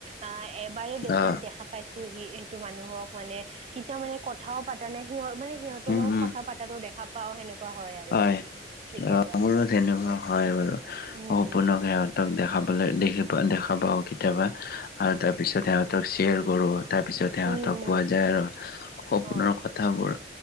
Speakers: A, on the right; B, on the left.
A: অ' এবাৰ দেখি-দেখা
B: অ
A: পাইছোহি, সেইটো মানুহক মানে কেতিয়া মানে ক কথাও পাতা নাই, সিহঁত মানে সিহঁতৰ
B: উম
A: লগত
B: উম
A: কথা পাতা দেখা পাওঁ, সেনেকা হয় আৰু।
B: হয়,
A: কেতিয়াবা
B: অ' মোৰো তেনেকুৱা
A: মানে
B: হয় বাৰু
A: উম
B: সম্পূৰ্ণকে
A: উম
B: তাক দেখা পালে, দেখি পাওঁ, দেখা পাওঁ কেতিয়াবা আৰু তাৰপিছত সিহঁতক শ্বেয়াৰ কৰোঁ। তাৰপিছতহে
A: উম
B: আৰু ত'
A: উম
B: কোৱা যায় আৰু সপোনৰ
A: অ
B: কথাবোৰ